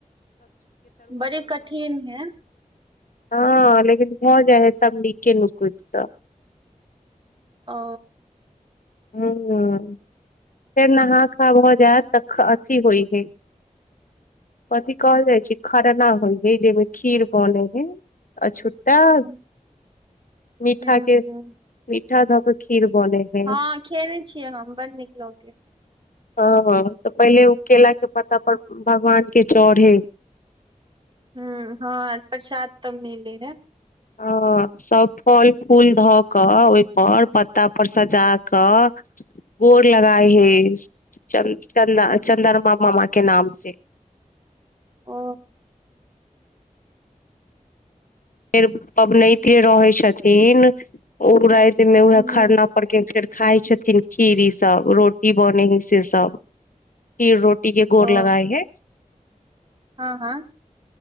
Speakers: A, on the right; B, on the left.
A: बड़ी कठिन है
B: हँ लेकिन भऽ जाइ है सब नीक के नुकदसँ
A: ओ
B: ह फेर नहा खा भ जायत तऽ अथि होइ हय कथी कहल जाइ छै खरना होइ हय जाहिमे खीर बनै हय त
A: हूँ
B: मीठा
A: हूँ
B: के उठा ध क खीर बनै है
A: हँ खेने छियै हम बड़ नीक लगै य
B: हँ तऽ पहिले ओ केलाके पत्ता पर भगवानके चढ़े
A: ह हँ प्रसाद तऽ मिले हे
B: ह सभ फल फूल धऽ कऽ ओहिपर पत्ता पर सजा कऽ गोर लगाए
A: हूँ।
B: हैं च चन्दा चन्द्रमा मामा के नाम से
A: ओ
B: फेर पबनैत रहै छथिन उ वएह
A: हूँ
B: खरना पड़के के फेर खााय छथिन खीर ई सब रोटी बने है से सब खीर रोटी इ के गोर
A: ओ
B: लगाए है
A: हँ हँ